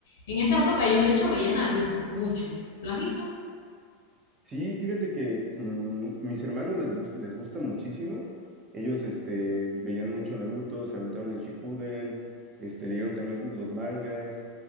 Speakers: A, on the left (about 80°); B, on the right (about 25°).
A: En esa época yo de hecho veía Naruto mucho, ¿lo has visto?
B: Sí, fíjate que mm, mis hermanos les, gus- les gusta muchísimo. Ellos este, veían mucho Naruto, se aventaron el Shippuden, este, leyeron también los mangas.